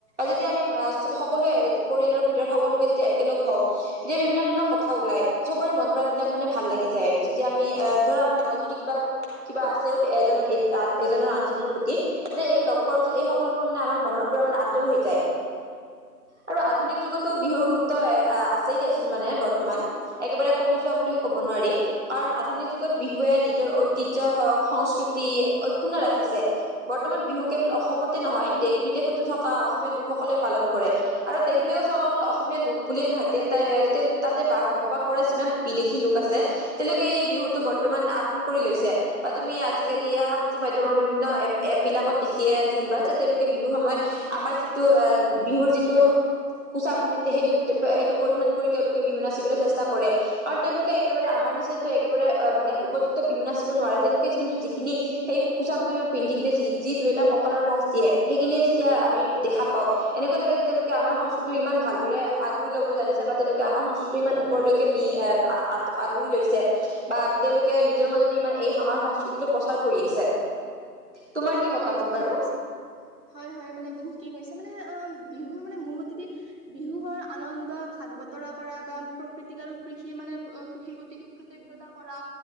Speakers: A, on the right; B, on the right.
A: যতিয়া আমি সকলোৱে পৰিয়ালৰ ভিতৰত সকলোকে যদি একেলগ হওঁ। তেতিয়া বিভিন্ন কথা ওলাই চবৰে মন প্ৰাণ বিলাক মানে ভাল লাগি যায় আৰু যেতিয়া আমি ধৰা আমাৰ মনত যদি কিবা কিবা আছেও এজনৰ এজনৰ আনজনৰ প্ৰতি তেতিয়া এই লগ পোৱাৰ পিছত এই সকলোবোৰ মানে আমাৰ মনৰ পৰা মানে আঁতৰ হৈ যায়। আৰু আধুনিক যুগতো বিহুৰ গুৰুত্ব আছেই দিয়াচোন। মানে বৰ্তমান একেবাৰে কমি যোৱা বুলিও ক'ব নোৱাৰি কাৰণ আধুনিক যুগত বিহুৱে নিজৰ ঐতিহ্য হওক সংস্কৃতি অক্ষুন্ন ৰাখিছে বৰ্তমান বিহু কেৱল অসমতে নহয় দেশ বিদেশ বিদেশতো থকা অসমীয়া লোকসকলে পালন কৰে আৰু দেশ বিদেশত থকাঁসকল অসমীয়া লোক বুলিয়ে নহয় এতিয়া এটা এ তেওঁ তাতে বাস বসবাস কৰা যিমান বিদেশী লোক আছে। তেওঁলোকে এই বিহুতটো বৰ্তমান আপোন কৰি লৈছে। ছে বা তুমি আজিকালি সামাজিক মাধ্যমৰ বিভিন্ন এ এপ বিলাকত সিয়ে থাকিবা যে তেওঁলোকে বিহুৰ সময়ত আমাৰ যিটো বিহুৰ যিটো পোচাক পিন্ধে সেইটো সেইটো পৰিধান কৰি তেওঁলোকে বিহু নাচিবলৈ চেষ্টা কৰে কাৰণ তেওঁলোকে একেবাৰে আমাৰ নিচিনা একেবাৰে মানে উপযুক্ত বিহুনাচ নাচিব নোৱাৰে তেওঁলোকে কিন্তু যিখিনি সেই পোচাকযোৰ পিন্ধি কিনে যি যি দুই এটা কঁকালৰ ভাজ দিয়ে সেইখিনি যেতিয়া আমি দেখা পাও। এনেকুৱা লাগে যে তেওঁলোকে আমাৰ সংস্কৃতিৰ ইমান ভালদৰে আগুৰি লব জানিছে বা তেওঁলোকে আমাৰ সংস্কৃতিটো ইমান ওপৰলৈকে নি এ আগুৰি লৈছে বা তেওঁলোকে নিজৰ মাজত ইমান এই আমাৰ সংস্কৃতিটো প্ৰচাৰ কৰি আছে। তোমাৰ কি
B: হয়
A: মতামত
B: ঠিকেই
A: বাৰু
B: কৈছা হয় হয় মানে তুমি কি কৈছা মানে আপ কি কৈছা মানে আ বিহুৰ মানে মোৰ মতেদি বিহুৰ আনন্দ ভাগ বতৰা কৰা বা প্ৰকৃতিক আৰু কৃষিৰ মানে কৃষিৰ প্ৰতি কৃতজ্ঞতা কৰা।